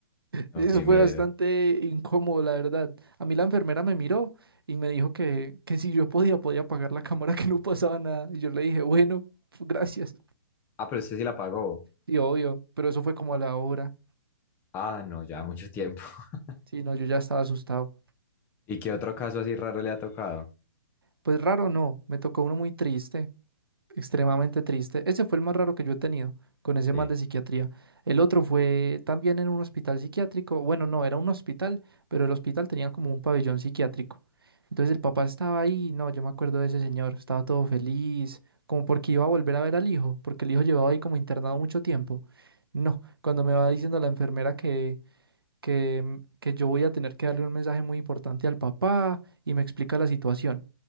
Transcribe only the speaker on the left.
No,
qué
miedo.
Ah, pero usted sí la pagó.
Ah, no, ya mucho tiempo. <laughs>
¿Y qué otro caso así raro le ha tocado?
Sí.